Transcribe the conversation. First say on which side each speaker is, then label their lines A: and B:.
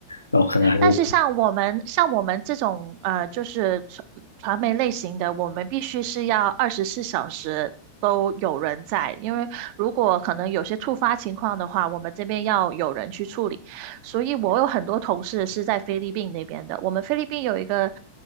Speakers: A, on the left (about 85°); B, on the right (about 45°).
A: 然后可能还有
B: 但是像我们像我们这种呃，就是传传媒类型的，我们必须是要二十四小时都有人在，因为如果可能有些突发情况的话，我们这边要有人去处理。所以我有很多同事是在菲律宾那边的，我们菲律宾有一个。